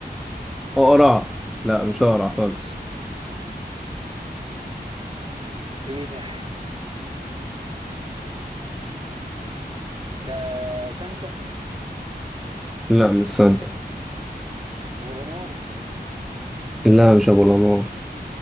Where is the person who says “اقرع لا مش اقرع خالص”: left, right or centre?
Centre